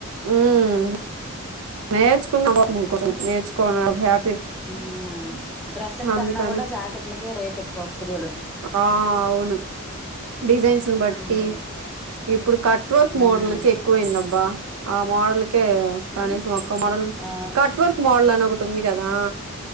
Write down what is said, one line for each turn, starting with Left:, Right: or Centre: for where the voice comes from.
Right: ఉమ్ నేర్చుకున్నా ఆపాప నేర్చుకో హ్యా
Centre: ఉహ డ్రెస్సుల
Right: అందుకని.
Centre: కన్నా కూడా జాకెట్లకే రేట్ ఎక్కువ కొగోలు
Right: ఆ అవును డిజైన్స్ ని బట్టి
Centre: ఉమ్
Right: ఇప్పుడు కట్వర్క్
Centre: ఉమ్
Right: మోడల్ కె ఎక్కువయిందబ్బా ఆ మోడల్కే కనీసం
Centre: ఉమ్
Right: ఒక్క మోడల్
Centre: ఆ
Right: కట్వర్క్ మోడల్ అని ఒక ఉంది కదా